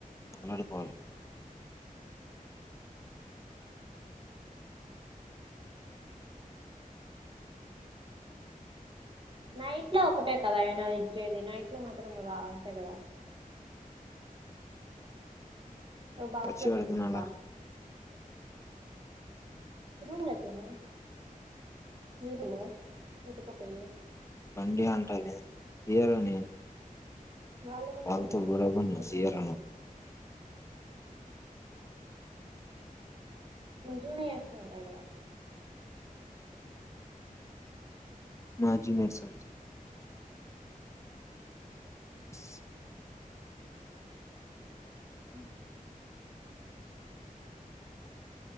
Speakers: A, on the left; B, on the right.
A: ఆలాడిపోవాలి
B: నైట్ లో ఒకటే కదా ఏనా ఇచ్చేది నైట్ లో మాత్రం రా అంతే కదా బాక్స్
A: వచ్చి
B: ల పెట్టి
A: అడుగుతున్నాలా
B: పెట్టీ ఉంచుతా రూమ్ల తిను రూంలో పెట్టక పోయి
A: పండు అంటది ఇయ్యామని
B: వాళ్ళు ఉన్నాయి
A: కాల్
B: కదా
A: చేయలేదు
B: ఇద్దరుగా
A: మీరు చేయరా
B: జూనియర్స్ ఉంటాయి కదా
A: మా జూనియర్స్ <unintelligible>
B: ఆ